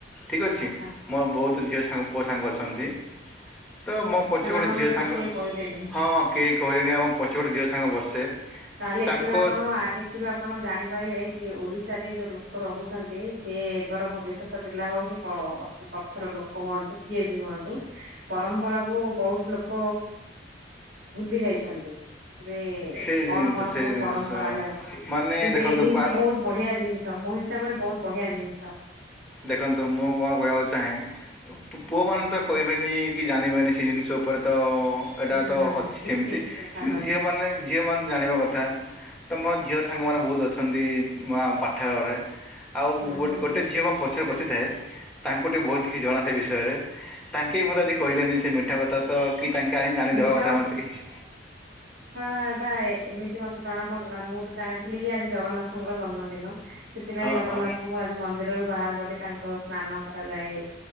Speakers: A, in the centre; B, on the right.
A: ଠିକ୍ ଅଛି।
B: ଆଚ୍ଛା
A: ମୋ ବହୁତ ଝିଅ ସାଙ୍ଗ ପୁଅ ସାଙ୍ଗ ଅଛନ୍ତି। ତ ମୋ ପଛେ
B: ସେମାନଙ୍କ
A: ଗୋଟେ ଝିଅ
B: ଭିତରୁ
A: ସାଙ୍ଗ
B: କିଏ କହିଲେନି।
A: ହଁ କେହି କହିଲେନି ଆଉ ମୋ ପଛେ ଗୋଟେ ଝିଅ ସାଙ୍ଗ ବସେ।
B: ତାଏଲେ
A: ତାଙ୍କ
B: ଏଥିରୁ ଆପଣ ଆ ଏଥିରୁ ଆପଣ ଜାଣିପାରିବେ କି ଓଡିଶାରେ ଯୋଉ ଲୋକ ରହୁଛନ୍ତି ସିଏ ଏବର ଭବିଷ୍ୟତ ପିଲା ହଉ କି ଅ-ଅ ଅତି ପଛର ଲୋକ ହୁଅନ୍ତୁ କିଏ ବି ହୁଅନ୍ତୁ। ପରମ୍ପରା କୁ ବହୁତ୍ ଲୋକ ଭୁଲି ଯାଇଚନ୍ତି। ବେ
A: ସେ
B: କଣ
A: ଜିନିଷ
B: କଣ ସବୁ
A: ସେ ଜିନିଷ
B: ପରମ୍ପରାରେ ଅଛି।
A: ମାନେ
B: କିନ୍ତୁ
A: ଦେଖନ୍ତୁ
B: ଏଇ ଜିନିଷ
A: ପା
B: ବହୁତ୍ ବଢିଆ ଜିନିଷ। ତ ମୋ ହିସାବରେ ବହୁତ ବଢିଆ ଜିନିଷ।
A: ଦେଖନ୍ତୁ ମୁଁ କଣ କହିବାକୁ ଚାହେଁ? ପୁଅ ମାନେ ତ କହିବେନି କି ଜାଣିବେନି ସେ ଜିନିଷ ଉପରେ ତ ଏଇଟା
B: ହୁଁ
A: ତ
B: ହୁଁ
A: ଅଛି
B: ଠିକ
A: ସେମତି
B: ଠିକ କଥା
A: କିନ୍ତୁ
B: କହିଲେ।
A: ଝିଅମାନେ ଝିଅମାନେ ଜାଣିବା କଥା। ତ ମୋର ଝିଅ ସାଙ୍ଗମାନେ ବହୁତ ଅଛନ୍ତି। ମୁଁ ଆମ ପାଠାଗରେ ଆଉ ମୁଁ
B: ହଁ
A: ଗୋଟେ
B: ହଁ ହଁ।
A: ଗୋଟେ ଝିଅ ମୋ ପଛ୍ ପଛେ ବସିଥାଏ। ତାଙ୍କୁ ଟିକେ ବହୁତକି ଜଣା ସେ ବିଷୟରେ ତାଙ୍କେ ମୋତେ ଆଜି କହିଲେନି ସେ ମେଣ୍ଟ୍ ଥେବତାତ କି ତାଙ୍କେ ଆଣି ଆଣିଦେବା
B: ମିଠା
A: କଥା ମତେ କିଛି
B: କାଡ଼ାଏ ଏମିତି ମତେ ଜଣା ପଡିଲା ମୁଁ ତ ଜାଣିଥିଲି କି ଆଜି ଜଗନ୍ନାଥଙ୍କର ଜନ୍ମଦିନ। ସେଥିପାଇଁ
A: ହଁ
B: ଜଗନ୍ନାଥଙ୍କୁ
A: ହଁ
B: ଆଜି ମନ୍ଦିରରୁୁ ବାହାର କରି ତାଙ୍କ ସ୍ନାନ କରାଯାଏ।